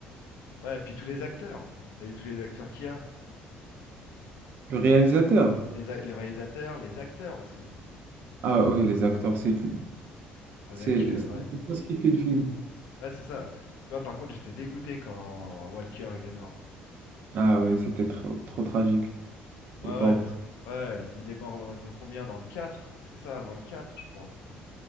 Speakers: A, on the left; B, on the right.
A: Ouais, et puis tous les acteurs. T'as vu tous les acteurs qu'il y a?
B: Le réalisateur?
A: Les, a- les réalisateurs, les acteurs aussi.
B: Ah oui, les acteurs, c'est tout.
A: Avec,
B: C'est
A: euh,
B: c'est
A: ouais,
B: ça ce qui fait le film.
A: ouais, c'est ça. Tu vois, par contre, j'étais dégoûté quand Walker, il est mort.
B: Ah oui, c'était trop, trop tragique,
A: Ouais,
B: le pauvre.
A: ouais, parce que ouais, c'est- il est mort dans, dans combien? Dans le quatre C'est ça, avant le 4 je crois.